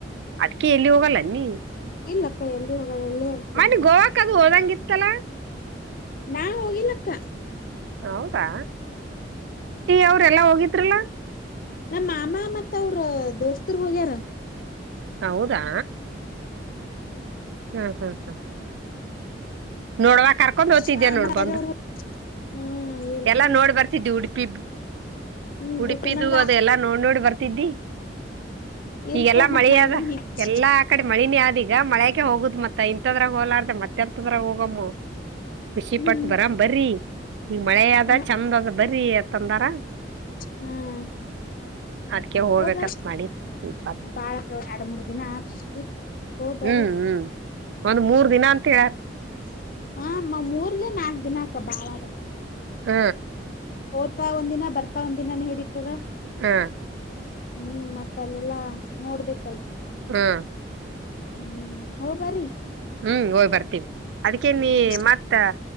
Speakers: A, on the right (about 70°); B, on the left (about 50°).
A: ಅದ್ಕ ಎಲ್ಲಿ ಹೋಗಲ್ಲ ನೀ
B: ಇಲ್ಲಕ್ಕ ಎಲ್ಲಿ ಹೋಗಲ್ಲ ಎಲ್ಲೇ ಇರ್ತನಿ
A: ಮನ್ನಿ
B: ನೋಡ
A: ಗೋವಾಕ್ ಅದು ಹೋದಂಗಿತ್ತಲ್ಲ
B: ನಾ ಹೋಗಲಕ್ಕ
A: ಹೌದಾ ಅವ್ರೆಲ್ಲಾ ಹೋಗಿದ್ರಲ್ಲ
B: ನಮ್ಮ ಮಾಮ ಮತ್ತ ಅವ್ರ ದೋಸ್ತರು ಹೋಗ್ಯಾರ
A: ಹೌದಾ ಹ್ಮ್ ಹ್ಮ್ ಹ್ಮ್ ನೋಡ್ವಾಕ್ ಕರ್ಕೊಂಡ್ ಓತಿದೇ
B: ಹಾ
A: ನೋಡ್
B: ಮತ್
A: ಬಂದ
B: ಬೇರೆವ್ರು ಹ್ಮ್ ಇಲ್
A: ಎಲ್ಲ
B: ತೊ
A: ನೋಡ್ ಬರ್ತಿದ್ದಿ ಉಡುಪಿ
B: ಹ್ಮ್
A: ಉಡುಪಿದು
B: ನಂಗ
A: ಅದೆ ಎಲ್ಲಾ ನೋಡ್ ನೋಡಿ ಬರ್ತಿದ್ದಿ
B: ಇಲ್
A: ಈಗೆಲ್ಲಾ
B: ತೊ ಮತ್
A: ಮಳೆ
B: ನಂದೊಂದ್
A: ಆದ
B: ಹಿಂಗ್
A: ಎಲ್ಲಾ ಆ ಕಡೆ ಮಳನೇ ಆದಿ ಈಗ ಮಳೆೆಗೆ ಹೋಗುದು ಮತ್ತ ಇಂಂತದ್ರಾಗ ಹೋಲಾರ್ದ ಮತ್ತೆರಾಗ ಹಮ್ಮ ಖುಷಿ
B: ಹ್ಮ್
A: ಪಟ್ಟ ಬರಾಮ ಬರ್ರಿ ಈಗ ಮಳೆದ
B: ಹಾ
A: ಚಂದ ಅದ ಬರೀ ಅತ್ತಂದಾರ
B: ಹ್ಮ್
A: ಅದ್ಕೆ ಹೋಗ್ಬೇಕತ್
B: ಹಓ ಬರ
A: ಮಾಡಿನ್ ಇಪ್ಪತ್
B: ಬಾಳ ಎರಡು ಮೂರ್ ದಿನ ಆಗ್ತಿ ಹ ಬರ
A: ಹ್ಮ್ ಹ್ಮ್ ಒಂದ್ ಮೂರ್ ದಿನ ಅಂತ ಹೇಳಾರ
B: ಹಮ್ಮ ಮೂಊರ್ಲೆ ನಾಕ್ ದಿನ ಅಕ್ಕ ಬಾಳ
A: ಹ್ಮ
B: ಓ್ತಾ ಒಂದಿನ ಬರ್ತಾ ಒಂದ ದಿನಾನ ಹಿಡಿತದ
A: ಹ್ಮ
B: ಹ್ಮ್ ಮತ್ತ ಅಲ್ಲೆಲ್ಲಾ ನೋಡ್ಬೇಕಲ್ಲ
A: ಹಾ
B: ಹ್ಮ್ ಹ ಬರಿ
A: ಹ್ಮ್ ಹೋಗಯ್ ಬರ್ತೀವಿ ಅದಕೇ ನೀ
B: ಹ್ಮ್
A: ಮತ್ತ